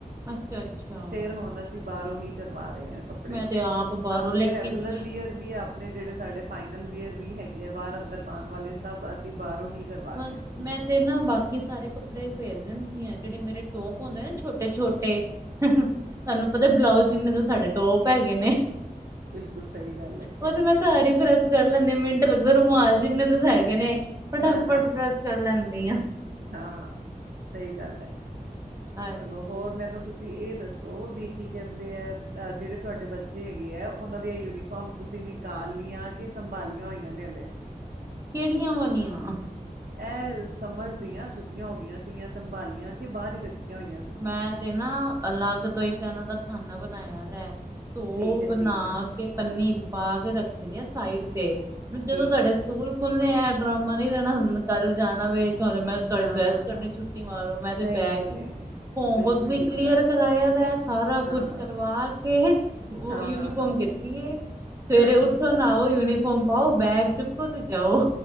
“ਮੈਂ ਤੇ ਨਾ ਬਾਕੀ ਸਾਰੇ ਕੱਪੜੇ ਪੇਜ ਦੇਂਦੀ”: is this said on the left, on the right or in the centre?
Right